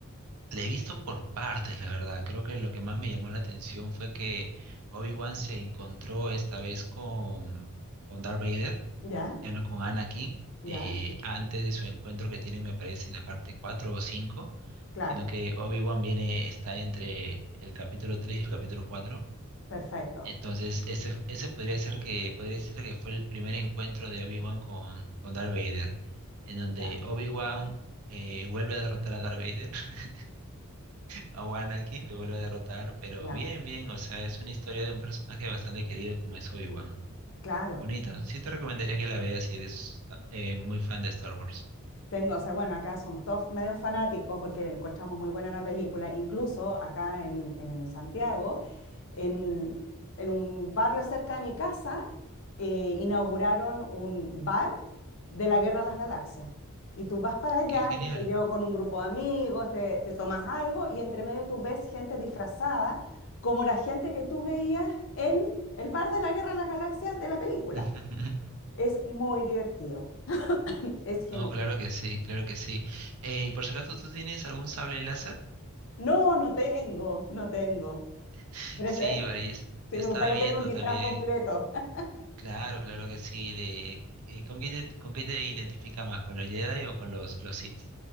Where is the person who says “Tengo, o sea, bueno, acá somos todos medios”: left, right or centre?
Left